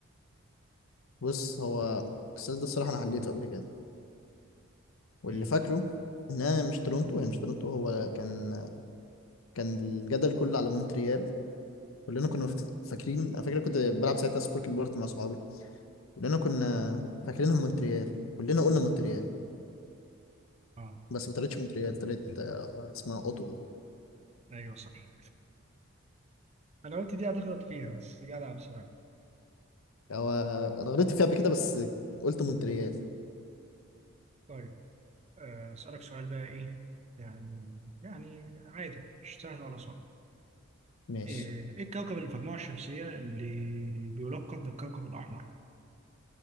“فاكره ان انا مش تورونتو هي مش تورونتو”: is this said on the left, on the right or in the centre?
Left